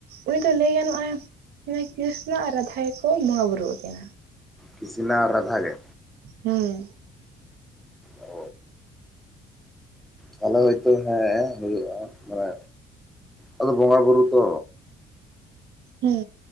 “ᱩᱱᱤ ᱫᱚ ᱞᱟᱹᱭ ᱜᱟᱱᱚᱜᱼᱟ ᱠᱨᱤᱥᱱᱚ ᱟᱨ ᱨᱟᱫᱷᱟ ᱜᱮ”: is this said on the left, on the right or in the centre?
Right